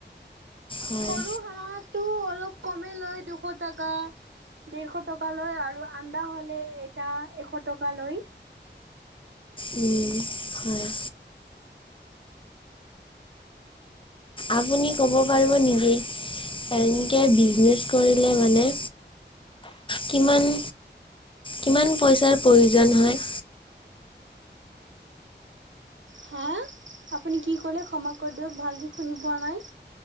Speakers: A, on the left; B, on the right.
A: হয়?
B: সৰু হাঁহটো অলপ কমে লয় দুশ টাকা দেৰশ টকা লয় আৰু আন্দা হ'লে এটা এশ টকা লয়।
A: উম। হয়। আপুনি ক'ব পাৰিব নেকি? এনকে বিজনেছ কৰিলে মানে কিমান, কিমান পইচাৰ প্ৰয়োজন হয়?
B: হা আপুনি কি ক'লে ক্ষমা কৰি দিয়ক ভালকৈ শুনি পোৱা নাই।